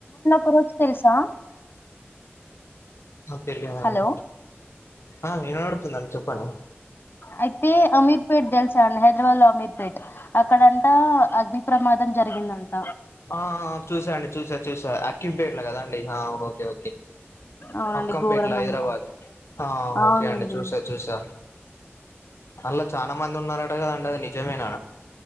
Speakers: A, on the left (about 55°); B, on the left (about 85°).
A: కరోజు తెలుసా
B: నక్ తెలియ వండి
A: హలో
B: ఆ వినపడ్తుంది అండి చెప్పండి
A: అయితే అమీర్ పేట్ దెల్సా అండి హైదరాబాద్ లో అమీర్ పేట్ అక్కడంటా అగ్ని ప్రమాదం జరిగిందంట
B: ఆ ఆ చూసా అండి చూసా చూసా అక్కిం పేట్లా కదండి ఓకే ఓకే
A: అవునండి
B: అక్కంపేట్ల
A: ఘోరం
B: హైదరాబాద్
A: అండి
B: ఆ హా
A: అవునండి
B: ఓకే అండి చూసా చూసా అల్ల చానా మంది ఉన్నరట కదండి అది నిజమేనా